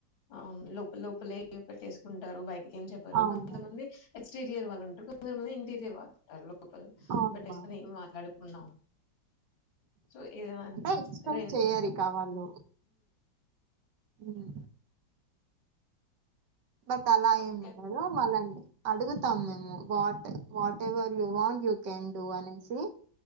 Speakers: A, on the left; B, on the right.
A: ఆ లోపల లోపలే పెట్టేసుకుంటారు బయట ఏం చెప్పరు
B: అవును.
A: కొంత మంది ఎక్స్టీరియర్ వాళ్ళు ఉంటారు కొంత మంది ఇంటీరియర్ వాళ్ళు ఉంటారు లోపల
B: అవును
A: పెట్టేసుకొని
B: మ్యామ్.
A: ఏం మాట్లాడు ఉన్నా సో ఇద
B: అంటే ఎక్స్పెక్ట్
A: రెం
B: చెయ్యరు ఇక వాళ్ళు హ బట్ అలా ఏమి
A: ఓకే
B: ఉండదు మళని అడుగుతాం మేము what whatever you want you can do అనేసి